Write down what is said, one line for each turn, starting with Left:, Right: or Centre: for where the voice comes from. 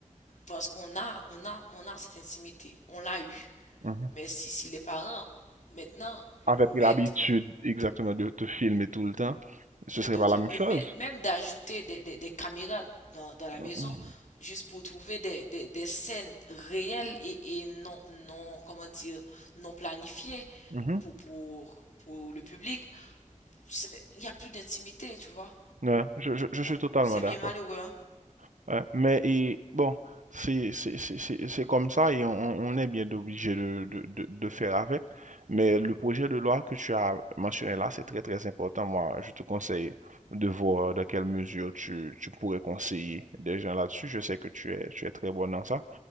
Left: parce qu'on a on a on a cette intimité, on l'a eu.
Right: mhm.
Left: Mais si, si les parents, maintenant,
Right: Avait pris l'habitude
Left: mettent,
Right: exactement de te filmer tout le temps, ce
Left: de,
Right: serait
Left: de-
Right: pas
Left: de-
Right: la même
Left: et
Right: chose.
Left: mè- même d'ajouter des, des- des caméras dans, dans la
Right: Mhm,
Left: maison, juste pour trouver des, des- des scènes réelles et, et non, non, comment dire, non planifiées
Right: mhm.
Left: pour, pour, pour le public, c'est- il n'y a plus d'intimité, tu vois.
Right: Ouais, je, je- je suis
Left: Bon,
Right: totalement
Left: c'est
Right: d'accord.
Left: bien malheureux, hein.
Right: Ouais, mais et, bon, c'est c'est- c'est- c'est- c'est comme ça et on, on est bien obligé de, de, de, de faire avec. Mais le projet de loi que tu as mentionné là, c'est très très important. Moi, je te conseille de voir dans quelle mesure tu, tu pourrais conseiller des gens là-dessus. Je sais que tu es, tu es très bon dans ça.